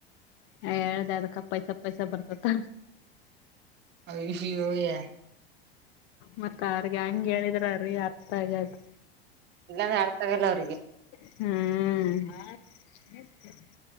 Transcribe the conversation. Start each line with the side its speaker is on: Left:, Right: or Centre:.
Left: ಹೇಳ್ದ ಅದಕ್ಕ ಪೈಸ ಪೈಸ ಬರ್ತತ್ತ.
Right: ಅಯ್ಯೋಯ್ಯೋ.
Left: ಮತ್ತ ಅವ್ರಿಗೆ ಹೆಂಗ ಹೇಳಿದ್ರ ರೀ ಅರ್ಥ ಆಗದು.
Right: ಇಲ್ಲಂದ್ರ ಅರ್ಥ ಆಗಲ್ಲ ಅವರಿಗೆ.
Left: ಹ್ಮ್.